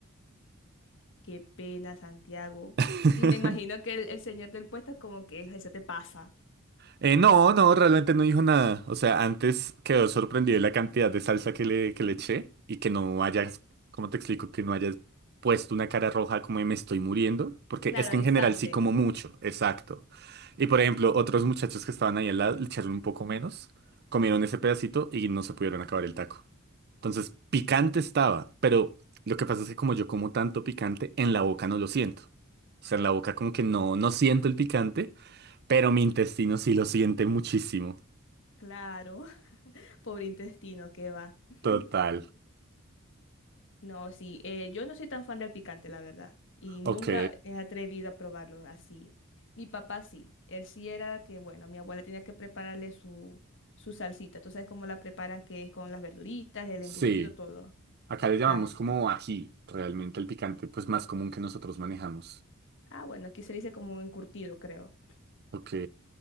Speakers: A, on the left; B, on the right.
A: Qué pena, Santiago.
B: <laughs>
A: Y me imagino que el, el señor del puesto como que eso te pasa.
B: Eh, no, no, realmente no dijo nada. O sea, antes quedó sorprendido de la cantidad de salsa que le, que le eché y que no hayas, ¿cómo te explico? Que no hayas puesto una cara roja como de me estoy muriendo. Porque
A: Claro,
B: es que
A: al
B: en
A: instante.
B: general sí como mucho, exacto. Y por ejemplo, otros muchachos que estaban ahí al lado le echaron un poco menos, comieron ese pedacito y no se pudieron acabar el taco. Entonces, picante estaba, pero lo que pasa es que como yo como tanto picante, en la boca no lo siento. O sea, en la boca como que no, no siento el picante. Pero mi intestino sí lo siente muchísimo.
A: Claro, <laughs> pobre intestino, qué va. <laughs>
B: Total.
A: No, sí, eh, yo no soy tan fan del picante, la verdad, y nunca
B: Ok.
A: he atrevido a probarlo así. Mi papá sí, él sí era que, bueno, mi abuela tenía que prepararle su, su salsita, tú sabes cómo la preparan, que es con las verduritas, el
B: Sí.
A: embutido, todo.
B: Acá le llamamos
A: Así.
B: como ají. Realmente el picante, pues más común que nosotros manejamos.
A: Ah, bueno, aquí se le dice como encurtido, creo.
B: Ok.